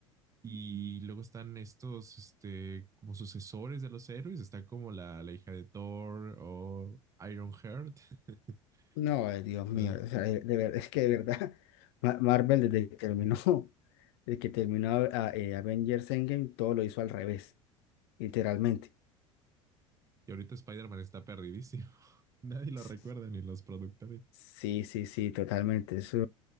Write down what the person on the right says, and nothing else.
Y luego están estos, este, como sucesores de los héroes. Está como la, la hija de Thor o Ironheart. <laughs>
¿No?
Y ahorita Spider-Man está perdidísimo. <laughs> Nadie lo
recuerda ni los productores.